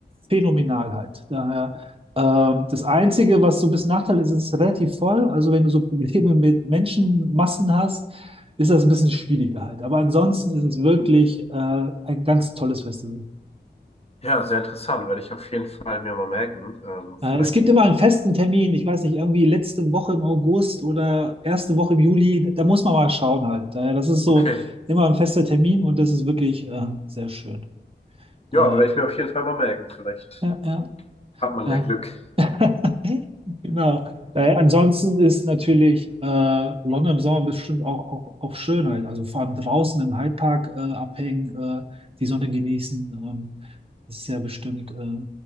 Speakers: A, on the right (about 30°); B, on the left (about 35°).
A: phänomenal halt. Daher, ähm, das Einzige, was so ein bisschen Nachteil ist, ist relativ voll. Also wenn du so Probleme mit Menschenmassen hast, ist das ein bisschen schwieriger halt. Aber ansonsten ist es wirklich äh, ein ganz tolles Festival.
B: ja, sehr interessant. Werde ich auf jeden Fall mir mal merken. Ähm,
A: Äh,
B: vielleicht.
A: es gibt immer einen festen Termin, ich weiß nicht, irgendwie letzte Woche im August oder erste Woche im Juli, da muss man mal schauen halt. Daher, das ist so
B: Okay.
A: immer ein fester Termin und das ist wirklich äh, sehr schön.
B: Ja,
A: Daher,
B: werde ich mir auf jeden Fall mal merken. Vielleicht
A: ja, ja.
B: hat man
A: Daher.
B: ja Glück.
A: <laughs> Genau. Daher, ansonsten ist natürlich äh, London im Sommer bestimmt auch, auch auf Schönheit. Also vor allem draußen im Hyde Park äh, abhängen, äh, die Sonne genießen. Ähm, das ist ja bestimmt äh,